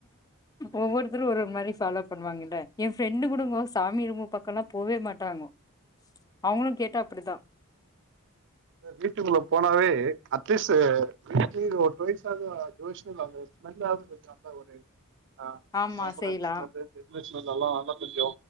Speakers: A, on the left; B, on the right.
A: ஒவ்வொருத்தரு ஒரு ஒரு மாரி ஃபாலோ பண்ணுவாங்கல்ல என் ஃப்ரெண்டு கூடங்கோ சாமி ரூமு பக்கம் எல்லா போவே மாட்டாங்க அவுங்களும் கேட்டா அப்டித்தா
B: வீட்டுங்குள்ள போனாவே அட்லீஸ்ட் வீக்லி ஒரு டூவெயஸ் ஆது டிவோஷனல் அவுங்க ஸ்மெல்லாவது கொஞ்சோ ஆ நல்லா ஒரு ஆஹ்
A: ஆமா
B: சம்பரணி
A: செய்லா
B: ஸ்மெலு அந்த இது <unintelligible> ஸ்மெல் எல்லா நல்லா கொஞ்சோ